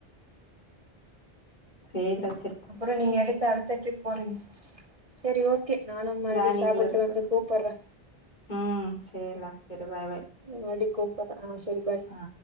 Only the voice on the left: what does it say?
சேரி டா வச்
பிளானிங்ல
இருக்கு
ம் செர்ல செரி பாய் பாய்
ஆ